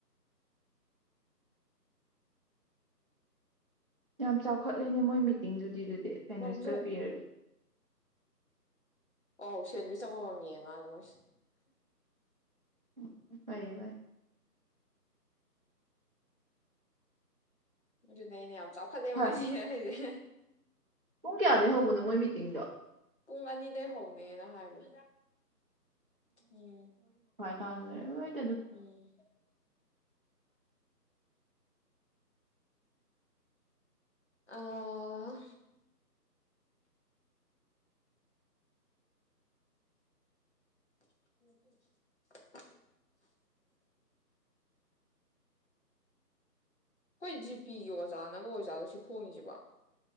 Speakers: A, on the right; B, on the left.
A: ꯌꯥꯝ ꯆꯥꯎꯈꯠꯂꯦꯅꯦ ꯃꯣꯏ ꯃꯤꯇꯤꯡꯗꯨꯗꯤ ꯗꯨ ꯁꯦꯟꯋꯤꯁꯀ
B: ꯃꯝꯁꯦ
A: ꯄꯤꯔꯗꯤ
B: ꯑꯣ ꯁꯦꯟꯋꯤꯁ ꯑꯃ ꯃꯝ ꯌꯦꯟ ꯃꯥꯂꯦ ꯃꯣꯏꯁꯦ
A: ꯎꯝ ꯐꯩꯌꯦ ꯐꯩ
B: ꯑꯗꯨꯅꯦ ꯑꯩꯅ ꯌꯥꯝ ꯆꯥꯎꯈꯠꯂꯦ
A: ꯍꯣꯏ
B: ꯃꯣꯏꯁꯦ ꯍꯥꯏꯁꯦ ꯍ
A: ꯄꯨꯡ ꯀꯌꯥꯗꯩ ꯍꯧꯕꯅꯣ ꯃꯣꯏ ꯃꯤꯇꯤꯡꯗꯣ
B: ꯄꯨꯡ ꯑꯅꯤꯗꯩ ꯍꯧꯅꯦꯅ ꯍꯥꯏꯕꯅꯦ ꯎꯝ
A: ꯇꯥꯗꫭꯔꯦ ꯑꫭꯏꯠ
B: ꯎꯝ ꯑꯥ <inaudible> ꯑꯩꯈꯣꯏ ꯖꯤꯄꯤꯒꯤ ꯑꯣꯖꯥꯅꯒ ꯑꯣꯖꯥꯠꯂꫭ ꯁꯤ ꯐꯣꯡꯉꯤꯁꯤꯕꫭ